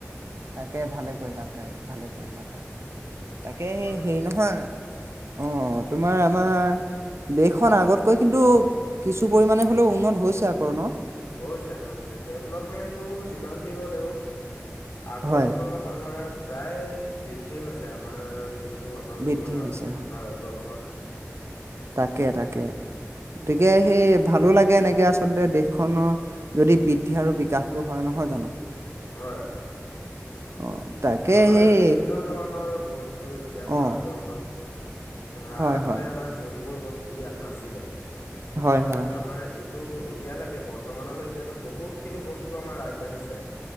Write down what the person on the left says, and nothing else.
হয়।
হৈছে, হৈছে ডেভলপমেন্টটো যিমান যি হ'লেও আগৰ
তুলনাত ত'আমাৰ প্ৰায় বৃদ্ধিয়ে হৈছে আমাৰ যোনটো আমাৰ
উন্নয়ন
ভাৰতবৰ্ষৰ
হয়, হয়।
নিশ্চয়
আমাৰ
বিভিন্নধৰণৰ বস্তু এতিয়া
ভাৰতবৰ্ষত ধৰা
আগতে
আমাৰ যোনবোৰ বস্তু ইয়াত নাছিলে এতিয়া
আমাৰ এই টো এতিয়ালৈকে বৰ্তমানৰ লৈকেটো বহুত খিনি বস্তু আমাৰ আগবাঢ়িছে।